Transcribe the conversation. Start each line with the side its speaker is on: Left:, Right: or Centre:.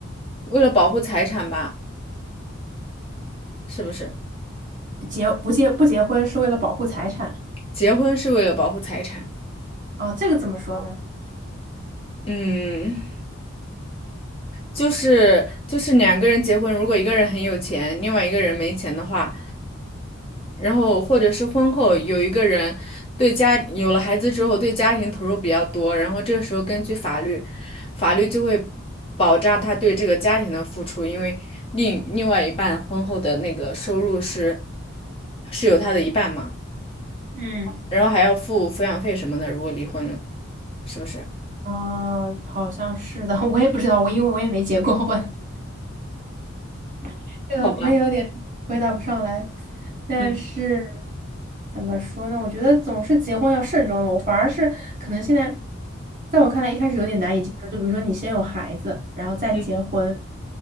Left: 为了保护财产吧，是不是？
Right: 结不结不结婚是为了保护财产
Left: 结婚是为了保护财产。
Right: 啊，这个怎么说呢？
Left: 嗯。就是就是两个人结婚，如果一个人很有钱，另外一个人没钱的话，然后或者是婚后有一个人对家有了孩子之后对家庭投入比较多，然后这个时候根据法律，法律就会保障他对这个家庭的付出，因为另另外一半婚后的那个收入是是有他的一半嘛，
Right: 嗯
Left: 然后还要付抚养费什么的，如果离婚了，是不是？
Right: 啊，好像是的，<laughs> 我也不知道，我因为我也没结过婚，<laughs> 这个我也有点回答不上来。
Left: 好吧。
Right: 但是
Left: 嗯。
Right: 怎么说呢？我觉得总是结婚要慎重的，我反而是可能现在，在我看来一开始有点难以接受，就比如说你先有孩子，然后再结婚，
Left: 嗯